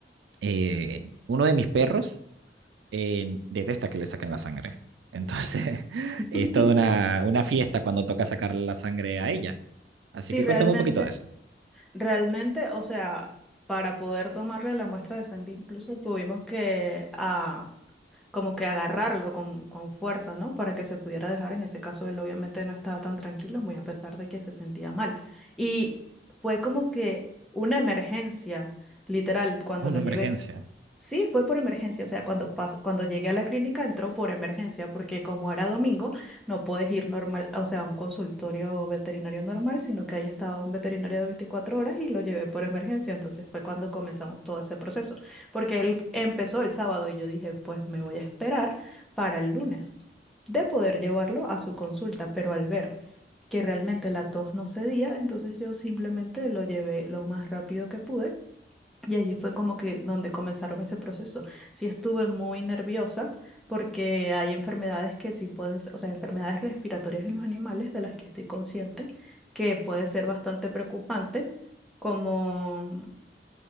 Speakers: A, on the right; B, in the centre.
A: eh, uno de mis perros, eh, detesta que le saquen la sangre. Entonces, <laughs>
B: <laughs>
A: es toda una, una fiesta cuando toca sacarle la sangre a ella. Así
B: Sí,
A: que
B: realmente,
A: cuéntame un poquito de eso.
B: realmente, o sea, para poder tomarle la muestra de sangre incluso tuvimos que a como que agarrarlo con, con fuerza, ¿no? Para que se pudiera dejar. En ese caso, él obviamente no estaba tan tranquilo, muy a pesar de que se sentía mal. Y fue como que una emergencia, literal, cuando lo
A: Una
B: llevé.
A: emergencia.
B: Sí, fue por emergencia, o sea, cuando pas- cuando llegué a la clínica entró por emergencia, porque como era domingo, no puedes ir normal, o sea, a un consultorio veterinario normal, sino que ahí estaba un veterinario de 24 horas y lo llevé por emergencia, entonces fue cuando comenzamos todo ese proceso porque él empezó el sábado y yo dije, pues me voy a esperar para el lunes de poder llevarlo a su consulta, pero al ver que realmente la tos no cedía, entonces yo simplemente lo llevé lo más rápido que pude y allí fue como que donde comenzaron ese proceso. Sí estuve muy nerviosa porque hay enfermedades que sí pueden, se- o sea, enfermedades respiratorias en los animales de las que estoy consciente que puede ser bastante preocupante, como